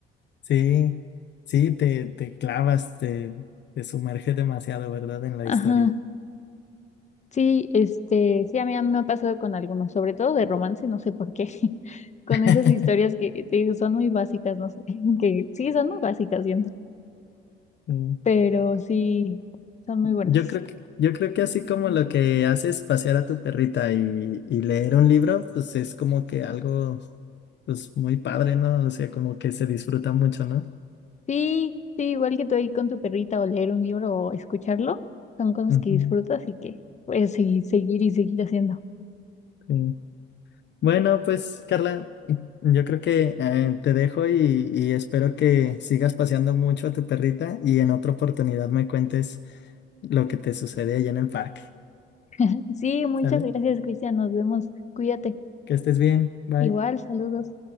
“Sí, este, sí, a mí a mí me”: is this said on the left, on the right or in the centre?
Left